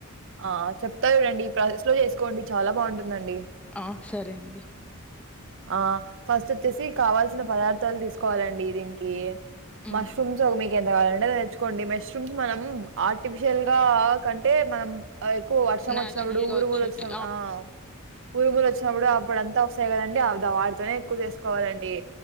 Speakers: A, on the right (about 60°); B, in the centre.
A: ఆ! చెప్తా చూడండి ఈ ప్రాసెస్ లో చేసుకోండి చాలా బాగుంటుందండి
B: ఆ సరే అండి
A: ఆ ఫస్ట్ వచ్చేసి కావాల్సిన పదార్థాలు తీసుకోవాలండి దీనికి
B: మ్మ్.
A: మష్రూమ్స్ ఓ మీకు ఎంత కావాలంటే కోండి మష్రూమ్స్ మనం ఆర్టిఫిషియల్ గా కంటే మనం ఎక్కువ వర్షం
B: న్యాచురల్గా
A: వచ్చినప్పుడు ఊరుములు
B: వచ్చేటి
A: వచ్చినప్పుడు ఆ ఊరుములు వచ్చినప్పుడు అప్పుడ అంతా వ తాయి కదండి అ వాటితోనే ఎక్కువ చేసుకోవాలండి